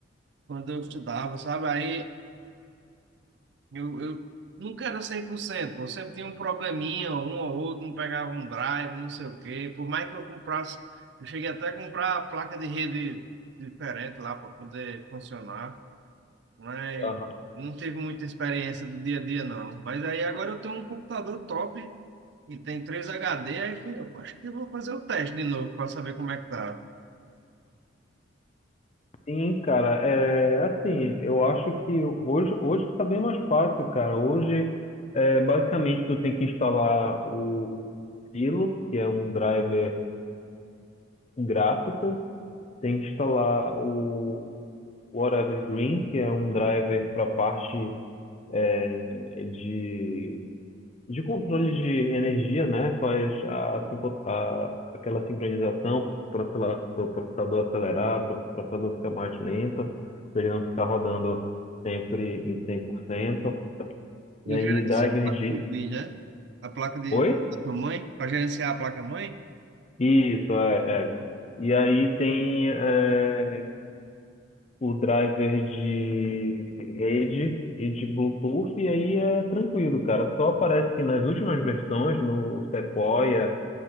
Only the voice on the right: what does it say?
quando eu estudava, sabe? Aí eu, eu nunca era 100%, pô. Sempre tinha um probleminha, um ou outro, não pegava um drive, não sei o quê. Por mais que eu comprasse, eu cheguei até a comprar a placa de rede diferente lá para poder funcionar, mas
não teve muita experiência do dia a dia, não. Mas aí agora eu tenho um computador top e tem 3 HD, aí que eu acho que eu vou fazer o teste de novo para saber como é que tá.
Eu
gerencio
a placa
de vídeo, né? A placa de
placa-mãe, para gerenciar a placa-mãe.